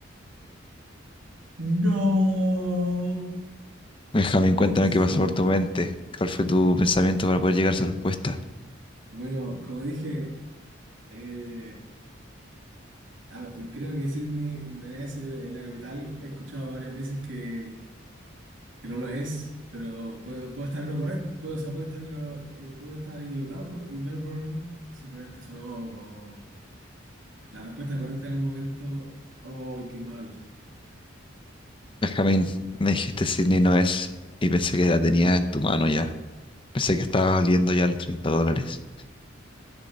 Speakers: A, on the right; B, on the left.
A: ¡No!
B: Benjamín,
A: No puede
B: cuéntame
A: ser.
B: qué pasó por tu mente. ¿Cuál fue tu pensamiento para poder llegar a esa respuesta?
A: Bueno, como dije, eh, a- creo que Sydney no es eh, la capital. He escuchado varias veces que, que no lo es, pero puedo, puedo estar en lo correcto, puedo, o sea, puedo estar en lo- eh, puedo estar equivocado y Melbourne simplemente sonó como la respuesta correcta en el momento. ¡Oh, qué mal!
B: Benjamín, me dijiste Sydney no es y pensé que la tenías en tu mano ya. Pensé que estaba valiendo ya los 30 dólares.